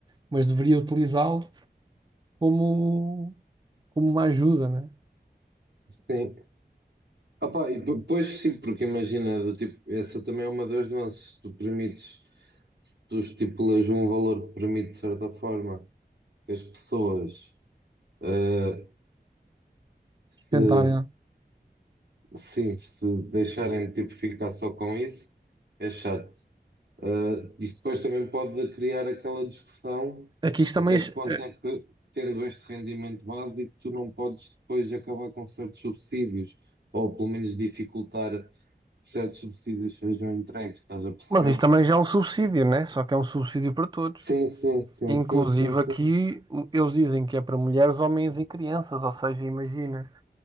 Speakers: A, on the right; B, on the right.
A: mas deveria utilizá-lo como, como uma ajuda, né?
B: sim. Opa, e po- pois sim, porque imagina, do tipo, essa também é uma das nuances. Tu permites, tu estipulas um valor que permite, de certa forma, que as pessoas, eh,
A: Sustentarem.
B: se,
A: né?
B: sim, se deixarem tipo, ficar só com isso, é chato. Eh, isso depois também pode criar aquela discussão
A: Aqui isto também,
B: até que ponto
A: é, é,
B: é que, tendo este rendimento básico, tu não podes depois acabar com certos subsídios, ou pelo menos dificultar que certos subsídios sejam entregues, estás a perceber?
A: mas isto também já é um subsídio, né? Só que é um subsídio para todos.
B: Sim, sim, sim,
A: Inclusive
B: sim, sim,
A: aqui o- eles dizem que é para mulheres, homens e crianças. Ou seja, imagina,